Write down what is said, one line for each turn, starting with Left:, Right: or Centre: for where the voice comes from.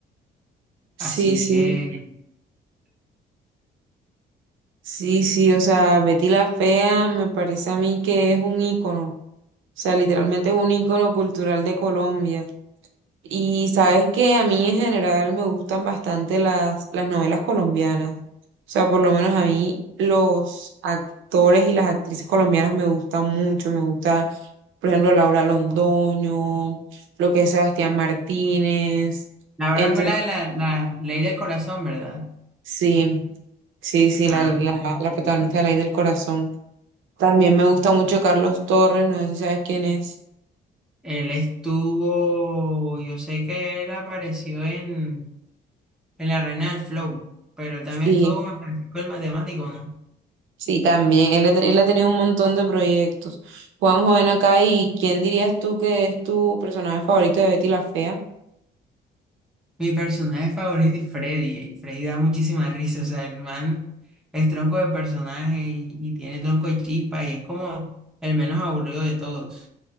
Right: Sí,
Centre: Así
Right: sí,
Centre: que,
Right: sí, sí, o sea, Betty la Fea me parece a mí que es un ícono, o sea, literalmente es un ícono cultural de Colombia. Y sabes que a mí en general me gustan bastante las, las novelas colombianas. O sea, por lo menos a mí los actores y las actrices colombianas me gustan mucho. Me gusta, por ejemplo, Laura Londoño, lo que es Sebastián Martínez,
Centre: ahora
Right: entre...
Centre: fue la de la, la Ley del Corazón, ¿verdad?
Right: Sí, sí, sí,
Centre: Ah,
Right: la, la,
Centre: no
Right: la
Centre: no
Right: protagonista
Centre: sé quién.
Right: de La Ley del Corazón. También me gusta mucho Carlos Torres, no sé si sabes quién es.
Centre: Él estuvo, yo sé que él apareció en... en la reina del flow, pero también
Right: Sí.
Centre: estuvo con Francisco el matemático, ¿no?
Right: Sí, también. Él, ha te- él ha tenido un montón de proyectos. Juanjo, ven acá y ¿quién dirías tú que es tu personaje favorito de Betty la Fea?
Centre: Mi personaje favorito es Freddy, y Freddy da muchísima risa, o sea, el man es tronco de personaje y, y tiene tronco de chispa y es como el menos aburrido de todos,